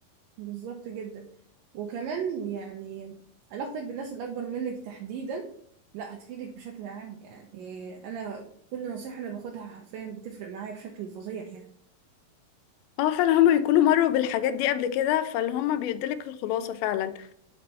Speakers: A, on the right (about 75°); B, on the left (about 80°).
A: بالظبط جدا وكمان يعني علاقتك بالناس اللي اكبر منك تحديدا لا هتفيدك بشكل عام يعني انا كل نصيحة انا باخدها حرفيا بتفرق معايا بشكل فظيع يعني
B: اه فعلا هما بيكونوا مروا بالحاجات دي قبل كده فاللي هما بيديلك الخلاصة فعلا